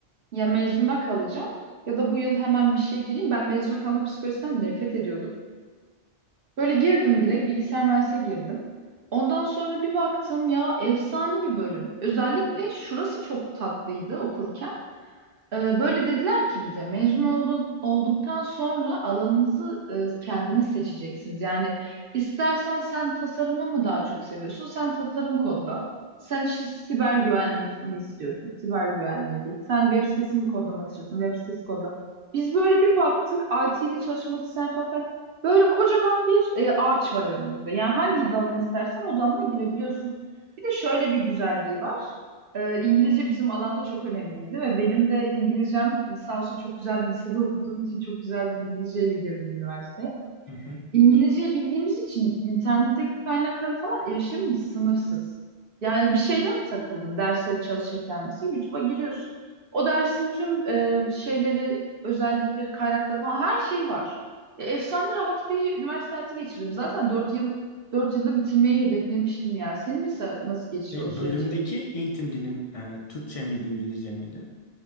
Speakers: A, on the right; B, on the left.
A: ya mezuna kalacağım ya da bu yıl hemen bir şey gireyim. Ben mezuna kalma psikolojisinden nefret ediyordum. Böyle girdim direkt bilgisayar mühendisliğe girdim. Ondan sonra bir baktım ya efsane bir bölüm. Özellikle şurası çok tatlıydı okurken. Ee, Böyle dediler ki bize mezun oldu- olduktan sonra alanınızı e, kendiniz seçeceksiniz. Yani istersen sen tasarımı mı daha çok seviyorsun? Sen tasarım kodla. Sen işte siber güvenlik mi istiyorsun? Siber güvenliğe git. Sen web sitesi mi kodlamak istiyorsun? Web sitesi kodla. Biz böyle bir baktık IT'de çalışmak isteyen falan. Böyle kocaman bir e, ağaç var önümüzde. Yani hangi dalını istersen o dalına girebiliyorsun. Bir de şöyle bir güzelliği var. Ee, İngilizce bizim alanda çok önemliydi ve benim de İngilizcem sağ olsun çok güzel bir lisede okuduğum için çok güzel bir İngilizceyle girdim üniversiteye.
B: Hı hı.
A: İngilizce bildiğimiz için internetteki kaynaklara falan erişimimiz sınırsız. Yani bir şeyde mi takıldın dersleri çalışırken mesela YouTube'a giriyorsun. O dersin tüm e, şeyleri, özellikleri, kaynakları falan her şey var. Ya, efsane rahat bir üniversite hayatı geçirdim. Zaten dört yıl 4 yılda bitirmeyi hedeflemiştim yani. Senin mesela nasıl geçti
B: Şey,
A: o süreci?
B: bölümdeki eğitim dilin e, Türkçe miydi, İngilizce miydi?